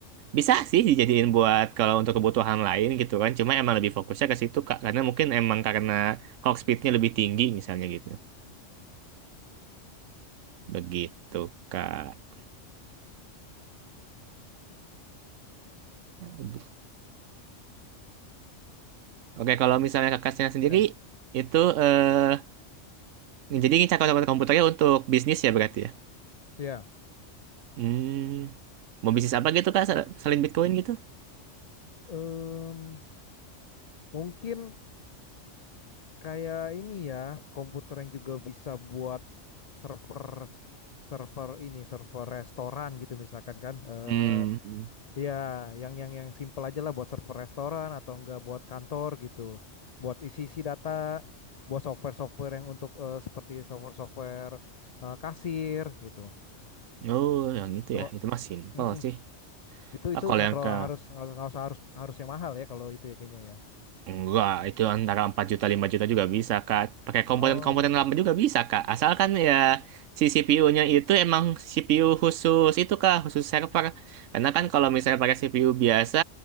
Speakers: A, on the right (about 85°); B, on the left (about 40°).
A: bisa sih dijadiin buat kalau untuk kebutuhan lain gitu kan. Cuma emang lebih fokusnya ke situ Kak. Karena mungkin emang karena clock speednya lebih tinggi misalnya gitu. Begitu Kak. Aduh. Oke kalau misalnya kakaknya sendiri
B: ya.
A: itu eh, jadi ini cakap komputernya untuk bisnis ya berarti ya.
B: Ya.
A: Hmm, mau bisnis apa gitu Kak sel- selain Bitcoin gitu?
B: Em, mungkin kayak ini ya komputer yang juga bisa buat server server ini server restoran gitu misalkan kan eh
A: Hmm.
B: ya yang yang yang simple aja lah buat server restoran atau enggak buat kantor gitu buat isi-isi data buat software-software yang untuk eh, seperti software-software eh, kasir gitu
A: Oh yang itu
B: tuh
A: ya. Itu mah simpel
B: mm-mm.
A: sih.
B: itu itu
A: Ah, kalau
B: nggak
A: yang
B: terlalu
A: ke
B: harus nggak usah nggak usah harus harus yang mahal ya kalau itu ya kayaknya ya
A: Enggak, itu antara 4 juta 5 juta juga bisa, Kak. Pakai komponen-komponen
B: oh oke
A: lama juga bisa, Kak. Asalkan ya si CPU-nya itu emang CPU khusus itu, Kak, khusus server. Karena kan kalau misalnya pakai CPU biasa,